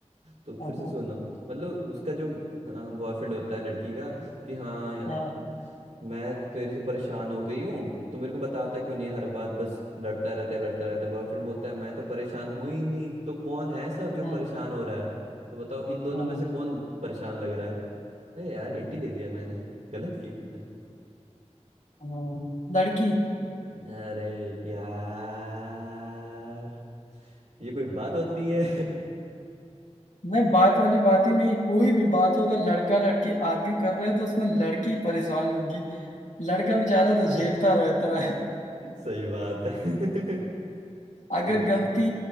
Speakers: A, on the right; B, on the left.
A: तो फिर
B: हाँ
A: से
B: हाँ
A: सुनो मतलब उसका जो बॉयफ्रेंड होता है लड़की का कि हाँ यार
B: हाँ
A: तुम मैं तेरे से परेशान हो गई हूँ तो मेरे को बताता क्यों नहीं है हर बात बस लड़ता रहता है लड़ता रहता है बॉयफ्रेंड बोलता है मैं तो परेशान हुई ही नहीं तो कौन है ऐसा जो
B: हाँ
A: परेशान हो रहा है तो बताओ इन दोनों
B: हाँ
A: में से कौन परेशान लग रहा है अरे यार हिंट ही दे दिया मैंने <laughs> गलत किया मैंने
B: हाँ लड़की
A: अरे यार ये कोई बात होती है
B: नहीं बात वाली बात ही नहीं कोई भी बात हो अगर लड़का लड़की आर्ग्यू कर रहे हैं तो उसमें लड़की परेशान होगी लड़का बेचारा तो झेलता रहता
A: <laughs> सही बात है <laughs>
B: अगर
A: चलो
B: गलती